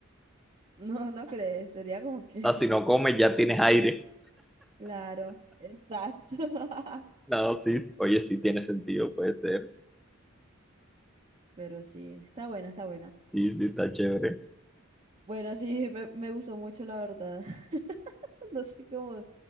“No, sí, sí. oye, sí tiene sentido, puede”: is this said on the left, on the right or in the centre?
Centre